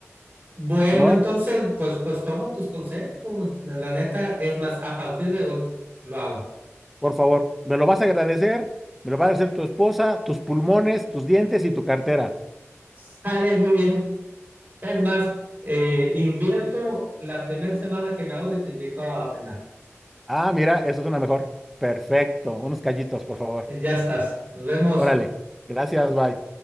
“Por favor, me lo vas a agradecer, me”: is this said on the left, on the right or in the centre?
Centre